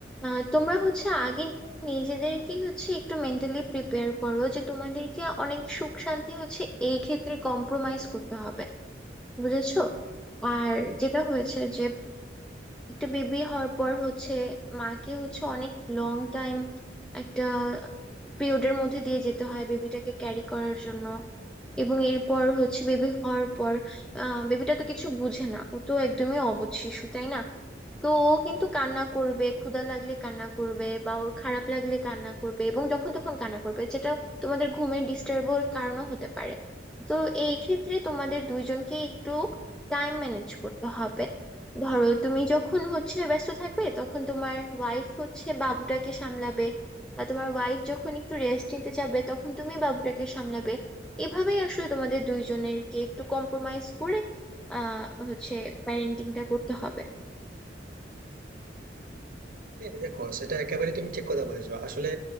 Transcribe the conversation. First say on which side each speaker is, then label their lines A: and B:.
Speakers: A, in the centre; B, on the right (about 50°).
A: আহ, তোমরা হচ্ছে আগে নিজেদেরকেই হচ্ছে একটু মেন্টালি প্রিপেয়ার করো যে তোমাদেরকে অনেক সুখ শান্তি হচ্ছে এই ক্ষেত্রে কম্প্রোমাইজ করতে হবে বুঝেছো আর যেটা হয়েছে যে একটা বেবি হওয়ার পর হচ্ছে মাকে হচ্ছে অনেক লং টাইম একটা পিরিয়ডের মধ্যে দিয়ে যেতে হয় বেবিটাকে ক্যারি করার জন্য এবং এরপর হচ্ছে বেবি হওয়ার পর আহ বেবিটা তো কিছু বুঝে না ও তো একদমই অবুঝ শিশু তাই না তো ও কিন্তু কান্না করবে ক্ষুধা লাগলে কান্না করবে বা ওর খারাপ লাগলে কান্না করবে এবং যখন তখন কান্না করবে যেটা তোমাদের ঘুমের ডিস্টার্বের কারণও হতে পারে তো এই ক্ষেত্রে তোমাদের দুইজনকে একটু টাইম ম্যানেজ করতে হবে ধরো তুমি যখন হচ্ছে ব্যস্ত থাকবে তখন তোমার ওয়াইফ হচ্ছে বাবুটাকে সামলাবে বা তোমার ওয়াইফ যখন একটু রেস্ট নিতে যাবে তখন তুমি বাবুটাকে সামলাবে এভাবেই আসলে তোমাদের দুইজনেরকে একটু কম্প্রোমাইজ করে আহ হচ্ছে প্যারেন্টিংটা করতে হবে
B: হ্যাঁ দেখো সেটা একেবারেই তুমি ঠিক কথা বলেছো আসলে